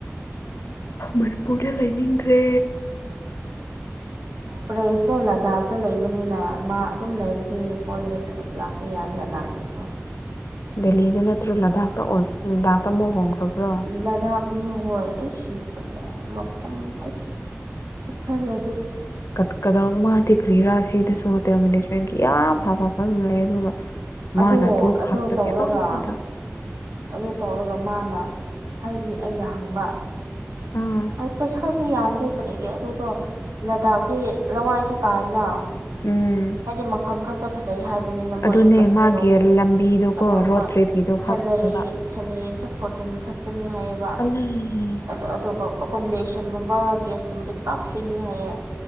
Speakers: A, on the left; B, on the right.
A: ꯃꯅꯤꯄꯨꯔꯗ ꯂꯩꯅꯤꯡꯗ꯭ꯔꯦ
B: ꯄ꯭ꯔꯦꯁꯇꯣ ꯂꯥꯗꯥꯛꯇ ꯂꯩꯕꯅꯤꯅ ꯃꯥ ꯑꯗꯨꯝ ꯂꯩꯔꯗꯤ ꯀꯣꯏꯕ ꯂꯥꯛꯄ ꯌꯥꯏ ꯂꯗꯥꯥꯛꯇꯁꯨ
A: ꯗꯦꯂꯤꯗ ꯅꯠꯇ꯭ꯔꯣ ꯂꯥꯗꯥꯛꯇ ꯑꯣꯏ ꯂꯥꯗꯥꯛꯇ ꯑꯃꯨꯛ ꯍꯣꯡꯈ꯭ꯔꯕ꯭ꯔꯣ
B: ꯂꯗꯥꯛꯅꯤ ꯍꯣꯏ ꯑꯩ ꯁꯤ ꯐ ꯃꯐꯝ ꯑꯩꯁ ꯈꯨꯐꯖ
A: ꯀꯠꯀꯗ ꯃꯥꯗꯤ ꯀ꯭ꯔꯤꯔꯥ ꯁꯤꯗꯁꯨ ꯍꯣꯇꯦꯜ ꯃꯦꯅꯦꯖꯃꯦꯟꯒꯤ ꯌꯥꯝ ꯐ ꯐ ꯐꯝ ꯂꯩꯌꯦ ꯑꯗꯨꯒ
B: ꯑꯗꯣ
A: ꯃꯥꯅ ꯑꯗꯨ
B: ꯑꯗꯣ
A: ꯈꯥꯛꯇꯒꯤ
B: ꯇꯧꯔꯒ
A: ꯑꯗ
B: ꯑꯗꯨ ꯇꯧꯔꯒ ꯃꯥꯅ ꯍꯥꯏꯗꯤ ꯑꯩꯅ ꯍꯪꯕ
A: ꯑꯥ
B: ꯑꯩ ꯄꯩꯁꯥ ꯁꯨ ꯌꯥꯝꯗꯦ ꯀꯔꯤꯒꯤ ꯑꯗꯨꯗꯣ ꯂꯗꯥꯛꯗꯤ ꯂꯋꯥꯏꯁꯨ ꯇꯥꯏꯅ
A: ꯎꯝ
B: ꯍꯥꯏꯗꯤ ꯃꯐꯝ ꯈꯛꯇ ꯐꯖꯩ ꯍꯥꯏꯕ ꯅ ꯃꯣꯏ
A: ꯑꯗꯨꯅꯦ
B: ꯀꯥꯁꯃꯤꯔ
A: ꯃꯥꯒꯤ
B: ꯔꯣꯝꯗꯗꯤ
A: ꯂꯝꯕꯤꯗꯣꯀꯣ
B: ꯑꯗꯣ
A: ꯔꯣꯠ
B: ꯍꯣꯏ
A: ꯇ꯭ꯔꯤꯞꯀꯤꯗꯣ
B: ꯁꯦꯂꯔꯤ
A: ꯈꯛꯅꯦꯕ
B: ꯁꯦꯂꯔꯤꯁꯦ ꯐꯣꯔꯇꯤꯟ ꯎꯝ ꯐꯛꯇꯅꯤ ꯍꯥꯏꯌꯦꯕ
A: ꯑꯗꯩ
B: ꯑꯗꯨ ꯑꯗꯨꯒꯧ ꯑꯦꯀꯣꯃꯣꯗꯦꯁꯟꯒꯨꯝꯕ ꯒ꯭ꯌꯥꯁꯀꯨꯝꯕꯗꯤ ꯄꯨꯔꯥ ꯐ꯭ꯔꯤꯅꯦ ꯍꯥꯏꯌꯦ